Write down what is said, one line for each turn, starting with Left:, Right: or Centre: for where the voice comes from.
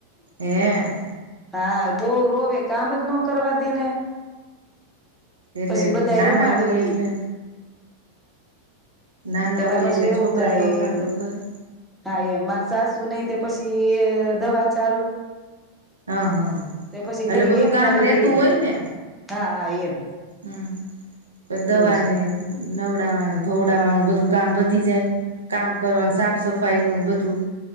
Right: હે.
Centre: હા, બોવ રોવે કામ જ નો કરવા દે ને.
Right: એટલે
Centre: પછી બધા
Right: નાના
Centre: એ રમાડવી
Right: વોય એટલે નાના
Centre: એમાય
Right: હોય
Centre: પાસુ
Right: એટલે
Centre: એવું
Right: છોકરા
Centre: થાય.
Right: તોફાન તો કરે
Centre: હા, એ માર સાસુનેય તે પસી અ દવા ચાલુ.
Right: હા, હં,
Centre: તે પછી
Right: એટલે
Centre: ઘડી
Right: બધું
Centre: એની
Right: કામ
Centre: હારે
Right: રેતું
Centre: બેહી
Right: હોય ને.
Centre: હા હા એમ
Right: હમ્મ પ દવાને
Centre: એવું છે.
Right: નવડાવાન ધોવડાવાનું બધું કામ પતી જાય. કામ કરવાનુ સાફ સફાઈ નું ન બધું.